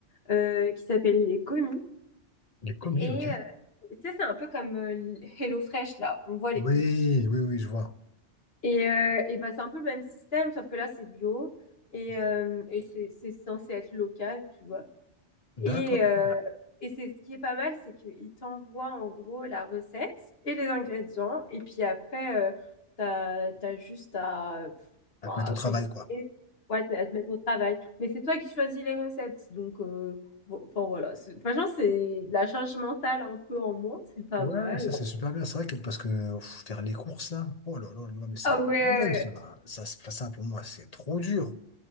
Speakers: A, on the left; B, on the left.
A: euh, qui s'appelle les commis.
B: Les commis,
A: Et
B: ok.
A: euh, tu sais, c'est un peu comme euh, HelloFresh, là. On voit les
B: Oui,
A: pubs
B: oui, oui, je vois.
A: Et, euh, et bah, c'est un peu le même système, sauf que là, c'est bio et,
B: D'accord.
A: euh, et c'est c'est censé être local, tu vois.
B: D'accord.
A: Et, euh,
B: ok.
A: et c'est ce qui est pas mal, c'est qu'ils t'envoient en gros la recette et les ingrédients. Et puis après, euh, t'as, t'as juste à, euh, bon,
B: À te
A: à
B: mettre au travail,
A: cuisiner,
B: quoi.
A: ouais, à te à te mettre au travail. Mais c'est toi qui choisis les recettes. Donc, euh, bon, enfin voilà. C'est- Franchement, c'est de la charge mentale un peu en moins, c'est pas
B: Ouais,
A: mal.
B: ça c'est super bien. C'est vrai que parce que pff, faire les courses, là, oh là là là, mais c'est
A: Ah
B: un
A: ouais.
B: problème, ça. là. Ça, c'est pas ça pour moi, c'est trop dur.